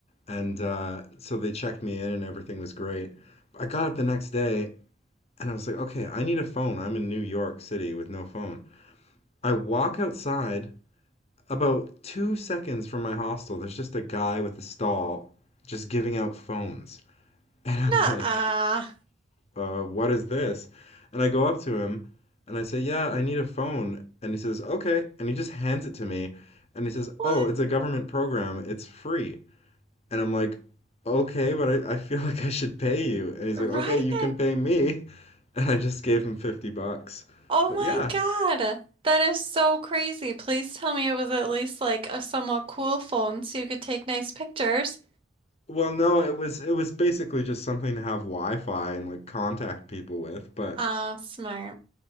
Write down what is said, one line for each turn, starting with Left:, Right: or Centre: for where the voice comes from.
Left: and uh, so they checked me in, and everything was great. I got up the next day, and I was like, okay, I need a phone. I'm in New York City with no phone. I walk outside about two seconds from my hostel, there's just a guy with a stall just giving out phones. <laughs> And I'm
Right: Nuh-uh.
Left: like, uh, what is this? And I go up to him and I say, yeah, I need a phone. And he says, okay. And he just hands it to me. And he says,
Right: What?
Left: oh, it's a government program. It's free. And I'm like, okay, but I, I feel <laughs> like I should pay you. And he's
Right: Right?
Left: like, okay, you can pay me. <laughs> And I just gave him 50 bucks.
Right: Oh
Left: But
Right: my
Left: yeah,
Right: God. That is so crazy. Please tell me it was at least like a somewhat cool phone so you could take nice pictures.
Left: Well, no, it was it was basically just something to have Wi-Fi and like contact people with, but
Right: Oh, smart.